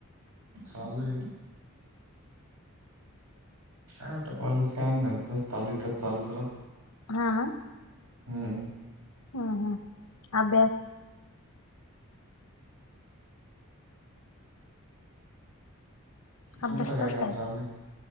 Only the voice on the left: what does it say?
हा
ह ह आ बेस हम्
अभ्यास
करताय